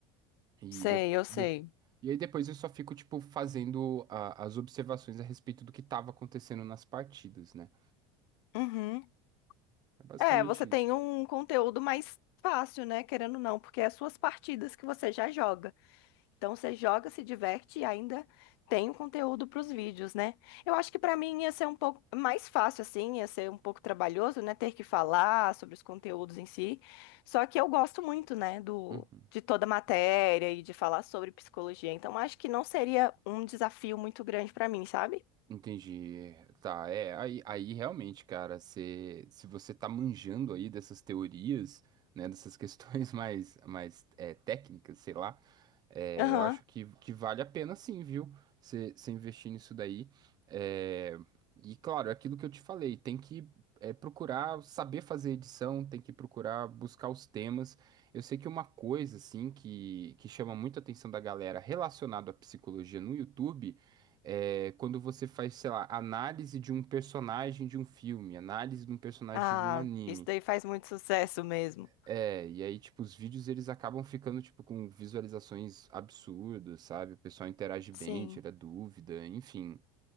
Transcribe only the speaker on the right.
E,
de,
de- e aí depois eu só fico, tipo, fazendo a- as observações a respeito do que tava acontecendo nas partidas, né?
É basicamente
isso.
Uhum.
Entendi. Tá, é, aí, aí realmente, cara, se, se você tá manjando aí dessas teorias, né, dessas questões <laughs> mais, mais é, técnicas, sei lá, É,
eu acho que, que vale a pena sim, viu? Você investir nisso daí. É, e claro, é aquilo que eu te falei, tem que é, procurar saber fazer edição, tem que procurar buscar os temas. Eu sei que uma coisa assim que, que chama muito a atenção da galera relacionado à psicologia no YouTube é quando você faz, sei lá, análise de um personagem de um filme, análise de um personagem
de um anime.
É, e aí, tipo, os vídeos eles acabam ficando, tipo, com visualizações absurdas, sabe? O pessoal interage bem,
tira dúvida, enfim.